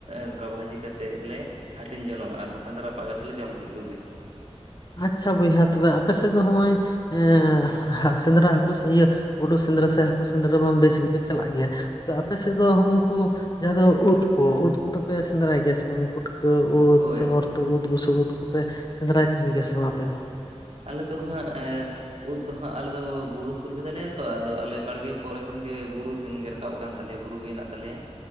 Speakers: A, on the right; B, on the left.
A: ᱱᱚᱝᱠᱟ ᱵᱷᱟᱹᱡᱤ ᱠᱟᱛᱮᱫ ᱞᱮ ᱦᱟᱹᱴᱤᱧ ᱡᱚᱱᱚᱜᱼᱟ ᱟᱨ ᱵᱟᱠᱷᱟᱱ ᱫᱚ ᱨᱟᱯᱟᱜ ᱠᱟᱛᱮ ᱞᱮ ᱡᱚᱢ ᱠᱮᱫ ᱠᱚᱜᱮ ᱾
B: ᱟᱪᱪᱷᱟ ᱵᱚᱭᱦᱟ ᱛᱚᱵᱮ ᱟᱯᱮᱥᱮᱫ ᱫᱚ ᱦᱚᱜᱼᱚᱭ ᱮᱸ ᱥᱮᱸᱫᱽᱨᱟ ᱦᱟᱹᱠᱩ ᱥᱮ ᱤᱭᱟᱹ ᱜᱩᱰᱩ ᱥᱮᱸᱫᱽᱨᱟ ᱥᱮ ᱦᱟᱹᱠᱩ ᱥᱮᱸᱫᱽᱨᱟ ᱢᱟ ᱵᱮᱥ ᱜᱮᱯᱮ ᱪᱟᱞᱟᱜ ᱜᱮᱭᱟ ᱾ ᱛᱚ ᱟᱯᱮ ᱥᱮᱫ ᱫᱚ ᱦᱩᱸ-ᱩᱱᱠᱩ ᱡᱟᱦᱟᱸ ᱫᱚ ᱳᱫ ᱠᱚ ᱩᱫ ᱠᱚᱫᱚᱯᱮ ᱥᱮᱸᱫᱽᱨᱟᱭ ᱜᱮᱥ ᱵᱟᱝ ᱯᱩᱴᱠᱟᱹ ᱳᱫ
A: ᱦᱳᱭ
B: ᱥᱮ ᱚᱨ ᱛᱩᱫ ᱩᱫ ᱵᱩᱥᱩᱵ ᱩᱫ ᱠᱚᱯᱮ ᱥᱮᱸᱫᱽᱨᱟᱭ ᱛᱟᱦᱮᱱ ᱜᱮᱭᱟ ᱥᱮ ᱵᱟᱝ ᱟᱯᱮ ᱫᱚ?
A: ᱟᱞᱮ ᱫᱚ ᱦᱟᱸᱜ <inaudible> ᱳᱫ ᱫᱚ ᱦᱟᱸᱜ ᱟᱞᱮᱫᱚ ᱵᱩᱨᱩ ᱥᱩᱨ ᱜᱮᱛᱟᱞᱮᱭᱟ ᱛᱚ ᱟᱫᱚ ᱟᱞᱮ ᱵᱟᱲᱜᱮ ᱯᱚᱨᱮ ᱠᱷᱚᱱ ᱜᱮ ᱵᱩᱨᱩ ᱥᱮᱱ ᱜᱮ ᱨᱟᱠᱟᱵ ᱠᱟᱱ ᱛᱟᱞᱮᱭᱟ ᱵᱩᱨᱩ ᱜᱮ ᱦᱮᱱᱟᱜ ᱛᱟᱞᱮᱭᱟ ᱾